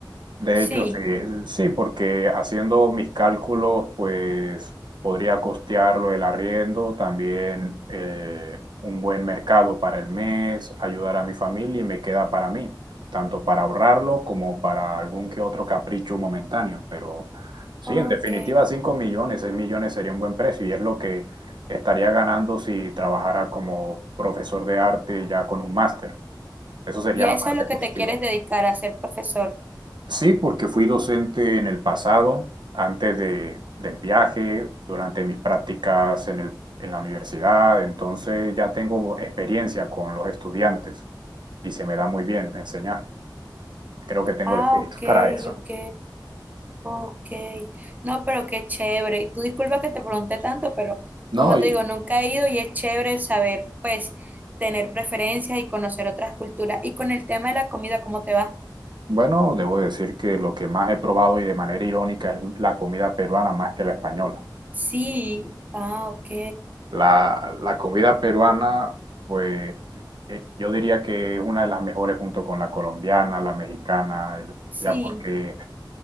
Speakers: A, on the right; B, on the right.
A: De
B: Sí,
A: hecho, sí, sí, porque haciendo mis cálculos, pues podría costearlo el arriendo, también eh, un buen mercado para el mes, ayudar a mi familia y me queda para mí, tanto para ahorrarlo como para algún que otro capricho momentáneo. Pero sí,
B: ok.
A: en definitiva, 5 millones, 6 millones sería un buen precio y es lo que estaría ganando si trabajara como profesor de arte ya con un máster. Eso sería
B: Y a
A: la
B: eso
A: parte
B: es lo
A: positiva.
B: que te quieres dedicar, a ser profesor.
A: Sí, porque fui docente en el pasado, antes de, del viaje, durante mis prácticas en el- en la universidad, entonces ya tengo experiencia con los estudiantes y se me da muy bien enseñar. Creo que tengo
B: Ah,
A: el espíritu
B: ok,
A: <laughs> para eso.
B: ok. Ok, no, pero qué chévere. Y Tú disculpa que te pregunté tanto, pero
A: No,
B: como
A: y
B: te digo, nunca he ido y es chévere saber, pues, tener preferencias y conocer otras culturas. Y con el tema de la comida, ¿cómo te va?
A: bueno, debo decir que lo que más he probado y de manera irónica es la comida peruana más que la española.
B: Sí, ah, ok,
A: La, la comida peruana, pues eh, yo diría que es una de las mejores junto con la colombiana, la mexicana, el-
B: sí,
A: ya porque